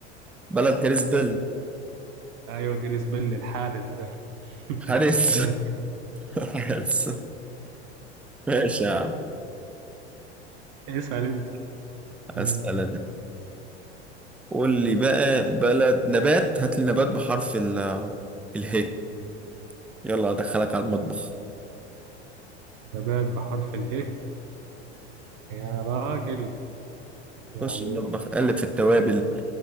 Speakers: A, in the centre; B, on the right (about 45°).
A: بلد جاريس بيل
B: ايوه جاريث بيل الحارس ده <laughs>
A: حارس
B: ماشي
A: <laughs> حارس ماشي يا عم
B: اسأل انت
A: اسال
B: م.
A: انا قول لي بقى بلد نبات هات لي نبات بحرف ال اله يلا ادخلك على المطبخ
B: نبات بحرف اله يا راجل يعني
A: خش المطبخ قلب في التوابل